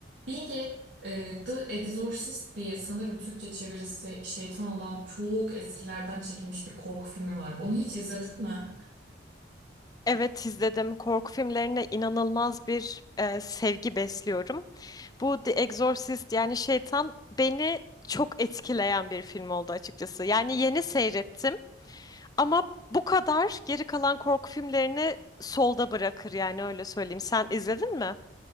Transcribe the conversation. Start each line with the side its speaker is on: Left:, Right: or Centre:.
Right: Bilge e, The Exorcist diye sanırım Türkçe çevirisi şeytan olan çok eskilerden çekilmiş bir korku filmi var. Onu hiç izledin mi?
Left: Evet izledim. Korku filmlerine inanılmaz bir e, sevgi besliyorum. Bu The Exorcist yani Şeytan beni çok etkileyen bir film oldu açıkçası. Yani yeni seyrettim ama bu kadar geri kalan korku filmlerini solda bırakır yani öyle söyleyeyim. Sen izledin mi?